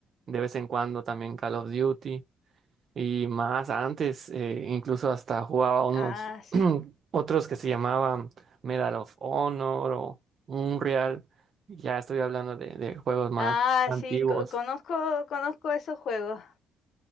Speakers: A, on the right; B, on the left.
A: de vez en cuando también Call of Duty, y más antes, eh, incluso hasta jugaba unos
B: Ah, sí.
A: <clears throat> otros que se llamaban Medal of Honor o Unreal. Ya estoy hablando de, de juegos más
B: Ah,
A: antiguos.
B: sí, co- conozco, conozco esos juegos.